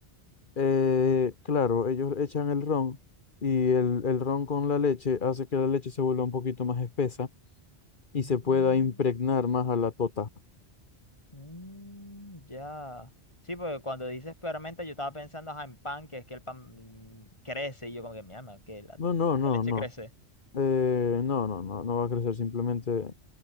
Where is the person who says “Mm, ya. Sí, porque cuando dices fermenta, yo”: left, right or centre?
Left